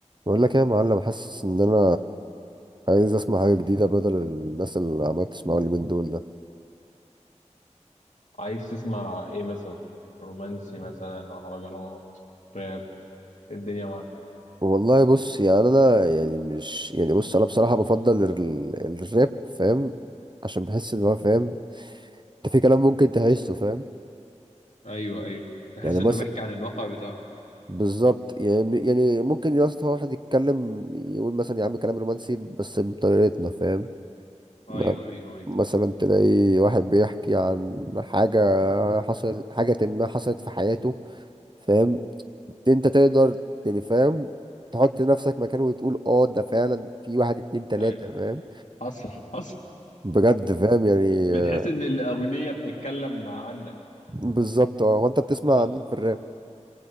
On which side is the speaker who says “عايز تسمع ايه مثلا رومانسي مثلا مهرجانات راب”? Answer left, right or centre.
Left